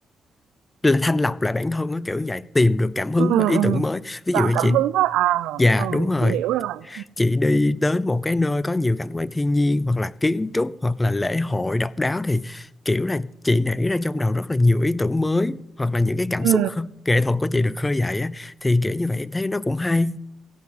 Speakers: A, on the left; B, on the right.
A: là thanh lọc lại bản thân á kiểu vậy, tìm được cảm hứng
B: ừ
A: và ý
B: ừ
A: tưởng mới. Ví dụ
B: làm
A: như
B: cảm
A: chị
B: hứng hết à
A: dạ
B: ừ
A: đúng rồi
B: chị hiểu rồi
A: chị đi đến một cái nơi có nhiều cảnh quan thiên nhiên hoặc là kiến trúc hoặc là lễ hội độc đáo thì kiểu là chị nảy ra trong đầu rất là nhiều ý tưởng mới hoặc là những cái cảm
B: ừ
A: xúc hơ- nghệ thuật của chị được khơi dậy á thì kiểu như vậy em thấy nó cũng hay